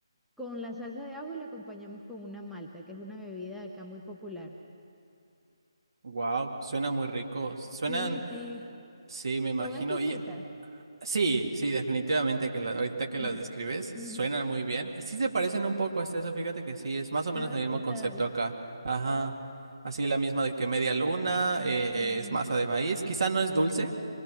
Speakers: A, in the centre; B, on the right.
A: con la salsa de ajo y la acompañamos con una malta, que es una bebida de acá muy popular.
B: Wow, suena muy rico. Suenan,
A: Sí, sí,
B: sí, me
A: son
B: imagino.
A: exquisitas.
B: Y sí, sí, definitivamente que la- ahorita que
A: <laughs>
B: las describes, suenan muy bien. Y sí se parecen un poco a este, eso, fíjate que sí, es más o menos
A: Ay,
B: el mismo
A: ¿qué tal?
B: concepto acá. Ajá. Así la misma de que media luna, eh,
A: Mm,
B: es masa de maíz. Quizá no es dulce,